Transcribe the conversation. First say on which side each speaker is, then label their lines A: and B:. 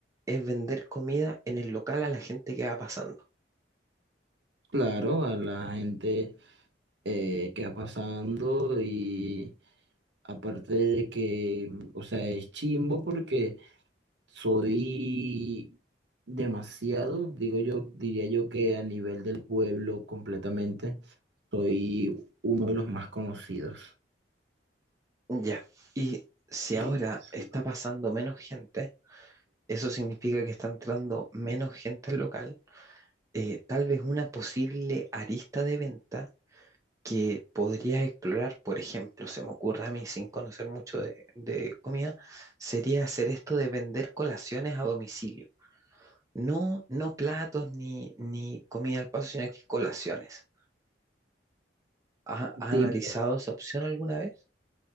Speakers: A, on the right; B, on the right.
A: es vender comida en el local a la gente que va pasando.
B: Claro, a la gente eh, que va pasando y aparte de que, o sea, es chimbo porque Soy demasiado, digo yo, diría yo que a nivel del pueblo completamente, soy uno de los más conocidos.
A: Ya, y si
B: Sí,
A: ahora
B: sí.
A: está pasando menos gente, eso significa que está entrando menos gente al local. eh, tal vez una posible arista de venta que podrías explorar, por ejemplo, se me ocurre a mí sin conocer mucho de, de comida, sería hacer esto de vender colaciones a domicilio. No, no platos ni, ni comida al paso, sino que colaciones. ¿Ha- ¿Has
B: Tipo,
A: analizado esa opción alguna vez?